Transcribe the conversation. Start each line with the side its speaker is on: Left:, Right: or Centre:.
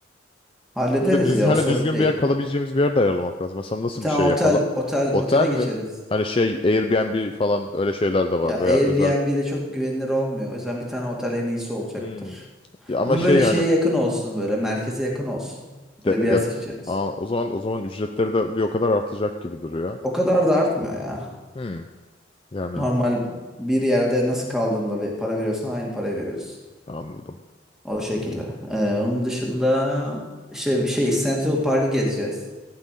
Centre: Hallederiz
Left: Bir de düzgün,
Centre: ya
Left: hani
Centre: o sorun
Left: düzgün
Centre: değil.
Left: bir yer kalabileceğimiz bir yer de ayarlamak lazım. Mesela nasıl
Centre: Bir tane
Left: bir şey
Centre: otel
Left: yapalım?
Centre: otel
Left: Otel
Centre: otele
Left: mi?
Centre: geçeriz.
Left: Hani şey Airbnb falan öyle şeyler de var
Centre: Ya
Left: veya
Centre: Airbnb'de
Left: özel.
Centre: çok güvenilir olmuyor. O yüzden bir tane otel en iyisi olacaktır.
Left: Hmm. Ya ama
Centre: Ama
Left: şey
Centre: böyle
Left: yani
Centre: şeye yakın olsun böyle merkeze yakın olsun. Öyle
Left: de,
Centre: bir yer
Left: ya
Centre: seçeriz.
Left: aa, o zaman o zaman ücretleri de bir o kadar artacak gibi duruyor.
Centre: O kadar da artmıyor ya.
Left: Hmm. Yani
Centre: Normal bir yerde nasıl kaldığında ve para veriyorsan aynı parayı veriyorsun.
Left: anladım.
Centre: O şekilde. Ee, onun dışında işte bir şey Central Park'ı gezeceğiz.